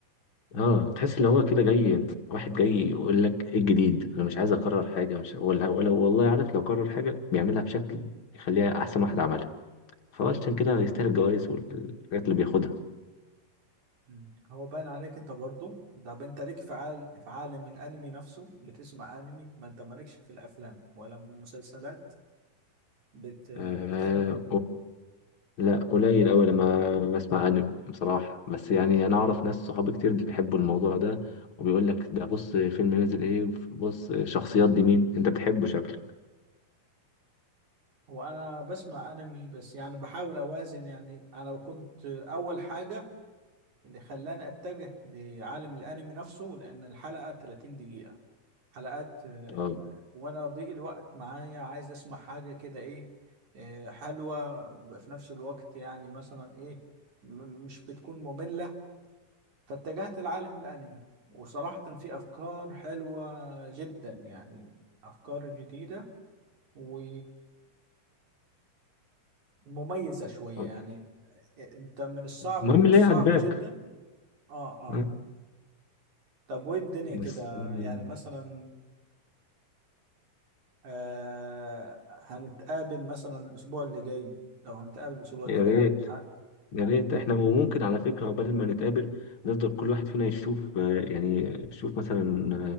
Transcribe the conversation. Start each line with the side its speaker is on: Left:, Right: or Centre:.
Left: اه تحس اللي هو كده جاي واحد جاي يقول لك ايه الجديد انا مش عايز اكرر حاجه مش ولا ولا والله عارف لو كرر حاجه بيعملها بشكل يخليها احسن واحد عملها فهو عشان كده هيستاهل الجوائز والحاجات اللي بياخدها
Right: مم. هو باين عليك انت برضو ده انت ليك في عال... في عالم الانمي نفسه بتسمع انمي ما انت مالكش في الافلام ولا المسلسلات بت...
Left: آه
Right: بتعمل ايه
Left: لا قليل أوي لما بسمع أنمي بصراحة بس يعني أنا أعرف ناس صحابي كتير بيحبوا الموضوع ده وبيقول لك ده بص فيلم نزل إيه وبص شخصيات دي مين أنت بتحبه شكلك
Right: هو انا بسمع انمي بس يعني بحاول اوازن يعني انا كنت اول حاجه اللي خلاني اتجه لعالم الانمي نفسه لان الحلقه 30 دقيقه حلقات آه،
Left: آه.
Right: وانا ضيق الوقت معايا عايز اسمع حاجه كده ايه آه، حلوه في نفس الوقت يعني مثلا ايه م- مش بتكون ممله فاتجهت لعالم الانمي وصراحه في افكار حلوه جدا يعني افكار جديده و مميزة شوية
Left: آه.
Right: يعني انت من الصعب
Left: المهم اللي
Right: الصعب
Left: هي عجباك
Right: جدا اه اه
Left: آه.
Right: طب وايه الدنيا
Left: بس
Right: كده
Left: آه،
Right: يعني مثلا آه هنتقابل مثلا الاسبوع اللي جاي لو هنتقابل الاسبوع اللي
Left: يا
Right: جاي
Left: ريت
Right: ه-
Left: يا ريت احنا وممكن على فكرة عقبال ما نتقابل نفضل كل واحد فينا يشوف آه، يعني يشوف مثلا